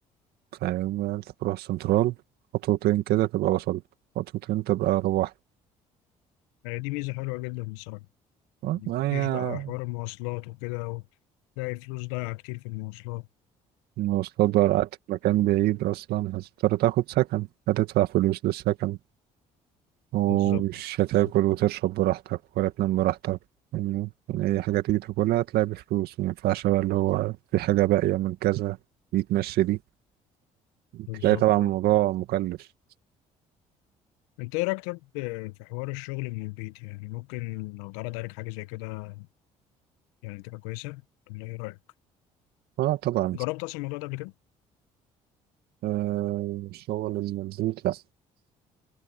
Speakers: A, on the right; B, on the left.
A: فيعني أنت تروح السنترال خطوتين كده تبقى وصلت خطوتين تبقى روحت
B: آه، دي ميزة حلوة جدا بصراحة
A: آه،
B: مفيش
A: ما هي
B: بقى حوار المواصلات وكده و- تلاقي فلوس ضايعة كتير في المواصلات
A: المواصلات بقى قعدت في مكان بعيد أصلا هتضطر تاخد سكن هتدفع فلوس للسكن ومش
B: بالظبط
A: هتاكل
B: بالظبط
A: وتشرب براحتك ولا تنام براحتك يعني يعني أي حاجة تيجي تاكلها تلاقي بفلوس مينفعش بقى اللي هو في حاجة باقية من كذا يتمشي دي
B: بالظبط
A: تلاقي طبعا الموضوع مكلف
B: انت ايه رايك طب في حوار الشغل من البيت يعني ممكن لو اتعرض عليك حاجه زي كده يعني تبقى كويسه ولا ايه رايك
A: اه طبعا
B: جربت اصلا الموضوع ده قبل كده
A: آه شغل من البيت لا